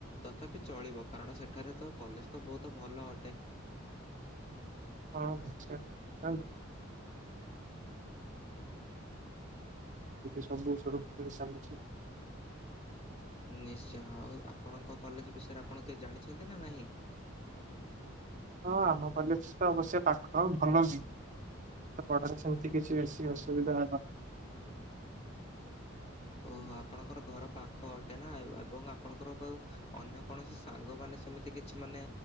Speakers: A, on the left (about 30°); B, on the right (about 40°).
A: ତଥାପି ଚଳିବ କାରଣ ସେଠାରେ ତ କଲେଜ ତ ବହୁତ ଭଲ ଅଟେ।
B: ହଁ ନିଶ୍ଚୟ <unintelligible> <unintelligible> ସବୁ ସୁରୁଖୁର ରେ ଚାଲିଛି।
A: ନିଶ୍ଚୟ ଆଉ ଆପଣଙ୍କ କଲେଜ ବିଷୟରେ ଆପଣ କିଛି ଜାଣିଛନ୍ତି ନା ନାହିଁ।
B: ହଁ ଆମ କଲେଜ ତ ଅବଶ୍ୟ ପାଖ ଭଲ ବି। ପଢା ସେମିତି କିଛି ବେଶି ଅସୁବିଧା <unintelligible>
A: <inaudible> ଓହୋ ଆପଣଙ୍କର ଘର ପାଖ ଅଟେ ନା ଏବଂ ଆପଣଙ୍କର କଉ ଅନ୍ୟ କୌଣସି ସାଙ୍ଗମାନେ ସେମିତି କିଛି ମାନେ